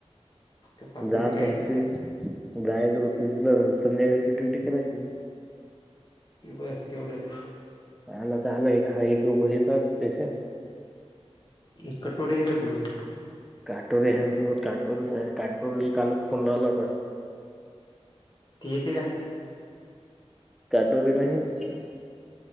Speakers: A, on the left; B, in the centre.
A: तो पातुरले
B: जा
A: काय
B: समजतयाच
A: येतं
B: जायच फक्त संध्याकाळची ड्युटी करायची.
A: बस तेवढंच.
B: आला तर आला ए एक दोघ येतात पेशंट.
A: एक कटोरे आहे का स्वतःची
B: काटोर सोबत काटोरच काटोर कालच फोन लावला.
A: ती येते का
B: काडोरे नाही येत.